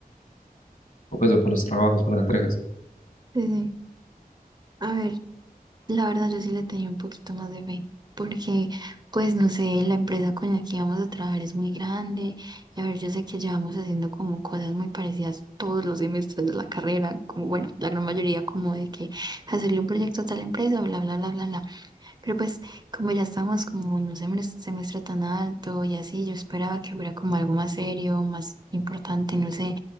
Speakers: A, on the left; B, on the right.
A: o pues o para los trabajos, para las entregas.
B: sí. A ver, la verdad yo sí le tenía un poquito más de fe, porque pues no sé, la empresa con la que íbamos a trabajar es muy grande, y a ver, yo sé que llevamos haciendo como cosas muy parecidas todos los semestres de la carrera, como bueno, la gran mayoría como de que hacerle un proyecto a tal empresa, bla, bla, bla, bla, bla. Pero pues como ya estamos como en un semestre, semestre tan alto y así, yo esperaba que hubiera como algo más serio, más importante, no sé.